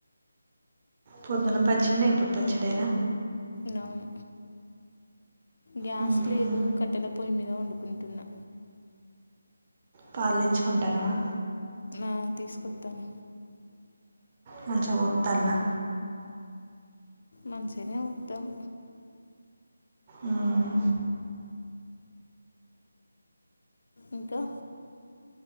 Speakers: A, on the right (about 25°); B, on the left (about 60°).
A: పొద్దున్న పచ్చి నే ఇప్పుడు పచ్చడే నా
B: నౌన్ గ్యాస్
A: మ్మ్.
B: లేదు కట్టెల పొయ్యి మీద వండుకుంటున్నా
A: పాలు తెచ్చుకుంటున్నావా
B: ఆ తీసుకొస్తున్న
A: మంచిగా పొత్తల్లా
B: మంచిగానే పోతారు
A: మ్మ్.
B: ఇంకా